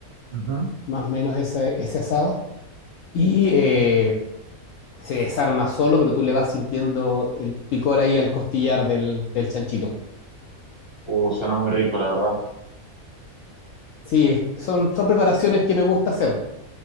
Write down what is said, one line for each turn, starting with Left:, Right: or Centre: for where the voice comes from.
Right: ujú.
Left: más o menos ese, ese asado, y eh, se desarma solo, pero tú le vas sintiendo el picor ahí al costillar del, del chanchito.
Right: Uh, suena muy rico, la verdad.
Left: Sí, son, son preparaciones que me gusta hacer.